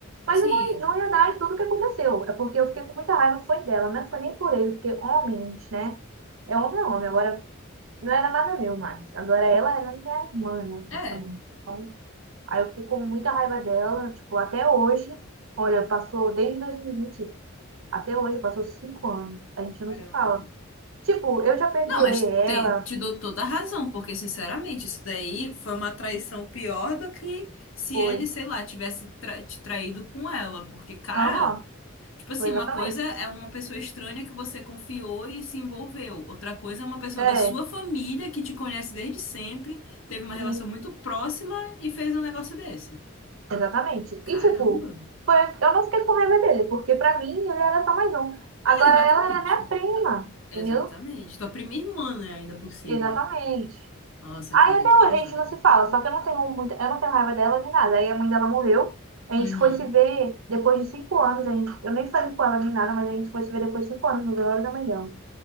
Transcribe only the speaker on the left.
Sim,
é.
Caramba.
Não, mas
te, te dou toda a razão, porque, sinceramente, isso daí foi uma traição pior do que se
ele, sei lá, tivesse tra- te traído com ela. Porque, cara.
Tipo assim,
uma
coisa é uma pessoa estranha que você confiou e se envolveu. Outra coisa é uma pessoa
da sua família que te conhece desde sempre, teve uma
relação muito próxima e fez um negócio desse.
Caramba.
É, exatamente.
Exatamente.
Tua prima irmã, né, ainda por cima.
Nossa,
cara,
que pesado.
Uhum.